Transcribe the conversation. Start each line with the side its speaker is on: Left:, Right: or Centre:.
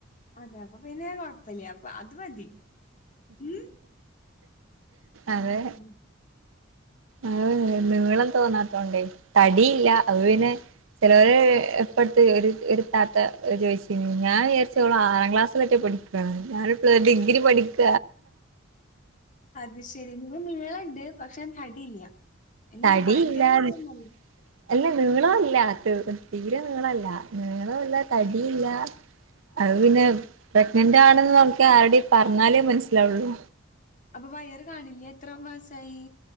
Left: അതെ അപ്പൊ പിന്നെ കുഴപ്പില്ല അപ്പൊ അത് മതി ഉം. അങ്ങനെ.
Right: അതെ ആഹ് നീളം തോന്നാത്തോണ്ടേ തടിയില്ല അപ്പ പിന്നെ ചിലോര് ഇപ്പട്ത്ത് ഒരു ഒരു താത്ത ചോദിച്ചീന് ഞാൻ വിചാരിച് ഓള് ആറാം ക്ലാസ്സിലൊറ്റെ പഠി- ആഹ് ഞാനിപ്പള് ഡിഗ്രി പഠിക്ക
Left: അത് ശെരി നീ നീളണ്ട് പക്ഷെ തടിയില്ല എന്നിട്ട്
Right: തടിയില്ല
Left: ഭയങ്കര നീളല്ല
Right: അല്ല നീളല്ല തീരെ നീളല്ല നീളോല്ല തടീല്ല അത് പിന്നെ പ്രഗ്നന്റ് ആണെന്ന് നമുക്ക് ആരുടെ പറഞ്ഞാലേ മനസ്സിലാവുള്ളൂ
Left: അപ്പൊ വയറ് കാണില്ലേ എത്ര മാസായി?